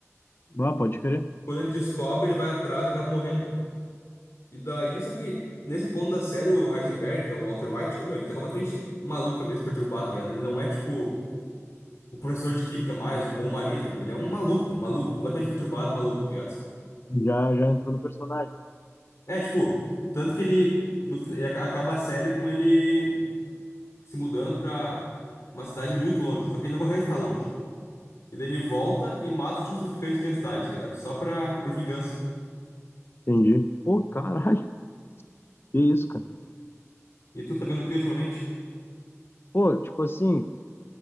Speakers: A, on the left (about 45°); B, on the left (about 70°).
A: Ah, pode crer.
B: Quando ele descobre, ele vai atrás e acaba morrendo. E daí, só que nesse ponto da série, o Heisenberg, que é o Walter White, ô, meu, ele tá completamente maluco, cabeça perturbada, tá ligado? Ele não é tipo o professor de química mais, o bom marido. Ele é um maluco, um maluco, completamente perturbado, maluco, tá ligado?
A: Já, já entrou no personagem.
B: É, tipo, tanto que ele, no, fina- ele aca- acaba a série com ele se mudando pra uma cidade muito longe. Só que ele não consegue ficar longe. E daí ele volta e mata os últimos traficantes que tinha na cidade, tá ligado? Só pra, por vingança.
A: Entendi. Pô, caralho. Que isso, cara.
B: E tu tá vendo o que ultimamente?
A: Pô, tipo assim,